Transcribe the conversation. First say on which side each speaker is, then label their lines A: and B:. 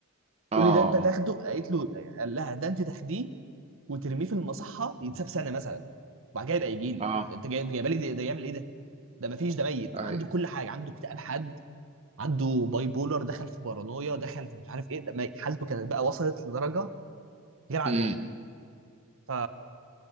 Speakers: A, on the right; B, on the right.
A: تقول
B: اه
A: لي ده انت تاخده قالت له قال لها ده انت تاخديه وترميه في المصحه يتساب سنه مثلا وبعد كده يبقى يجي لي
B: اه آه،
A: انت جاي انت جايبه لي ده, ده يعمل ايه ده ده ما فيش ده ميت
B: اي
A: عنده كل حاجه عنده اكتئاب حاد عنده باي بولر دخل في بارانويا دخل في مش عارف ايه ده ميت. حالته كانت بقى وصلت لدرجه غير عاديه
B: أمم،
A: ف